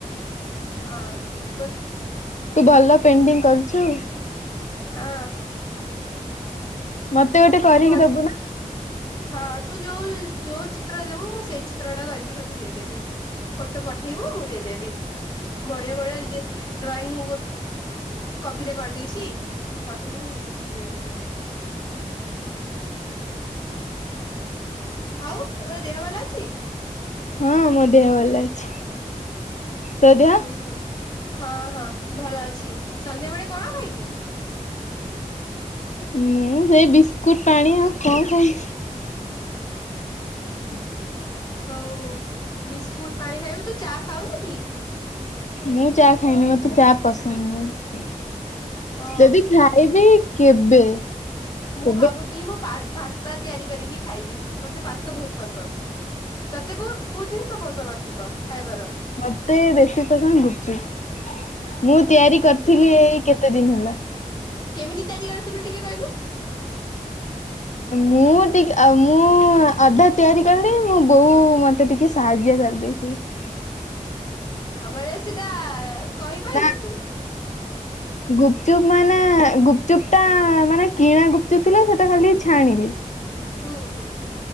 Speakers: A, on the left; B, on the left.
A: ହଁ ବ <unintelligible>
B: ତୁ ଭଲ ପେଣ୍ଟିଂ କରୁଛୁ?
A: ହଁ।
B: ମତେ ଗୋଟେ କରିକି
A: ବଢି
B: ଦବୁ ନା?
A: ହଁ ତୁ ଯୋଉ, ଯୋଉ ଚିତ୍ର ଦେବୁ ମୁଁ ସେଇ ଚିତ୍ର ଟା କରିକି ତୋତେ ଦେଇଦେବି। ଫଟୋ ପଠେଇବୁ ମୁଁ ଦେଇଦେବି, ବଢିଆ ବଢିଆ ଡ୍ରଇଂ କପିରେ କରିଦେଇଛି, ପଠେଇବି ମୁ ଦେଇଦେବି। ଆଉ ତମର ଦେହ ଭଲ ଅଛି?
B: ହଁମୋ ଦେହ ଭଲ ଅଛି, ତୋ ଦେହ?
A: ହୁଁ। ହଁ ହଁ ଭଲ ଅଛି, ସନ୍ଧ୍ୟା ବେଳେ କଣ ଖାଇବୁ?
B: ମୁଁ ସେଇ ବିସ୍କୁଟ ପାଣି, ଆଉ କଣ ଖାଇବି? ହୁଁ <unintelligible>
A: ହଉ ବିସ୍କୁଟ ପାଣି ଖାଇବୁ ତୁ ଚା ଖାଉନୁ କି?
B: ମୁଁ ଚା ଖାଇନି, ମତେ ଚା ପସନ୍ଦ ନୁହେଁ।
A: ଓ
B: ଯଦି ଖାଇବି କେବେ?
A: ମୁଁ
B: କେବେ
A: ଭାବୁଥିଲି, ମୁଁ ପାସ୍ତା ତିଆରି କରିକି ଖାଇବି, ମତେ ପାସ୍ତା ବହୁତ ପସନ୍ଦ। ତତେ କୋଉ, କୋଉ ଜିନିଷ ପସନ୍ଦ ଅଧିକ? ଖାଇବାର?
B: ମତେ ବେଶି ସମୟ ଗୁପଚୁପ ମୁଁ ତିଆରି
A: ଗୁପଚୁପ୍
B: କରିଥିଲି, ଏଇ କେତେ ଦିନ ହେଲା।
A: କେମିତି ତିଆରି କରିଥିଲୁ ଟିକେ କହିଲୁ?
B: ମୁଁ ଟିକେ, ମୁଁ ଅଧା ତିଆରି କଲି ମୁଁ ବୋଉ ମତେ ଟିକେ ସାହାଯ୍ୟ ଘ ଦେଇଛି <unintelligible>
A: ଆଉ ମାନେ ସେଟା କହିପାରିବୁନୁ?
B: ନା ଗୁପଚୁପ୍ ମାନେ, ଗୁପଚୁପ୍ ଟା ମାନେ କିଣା ଗୁପଚୁପ ଥିଲା, ସେଟା ଖାଲି ଟିକେ ଛାଣିଲି। ହଁ <inaudible>
A: ହୁଁ ହୁଁ।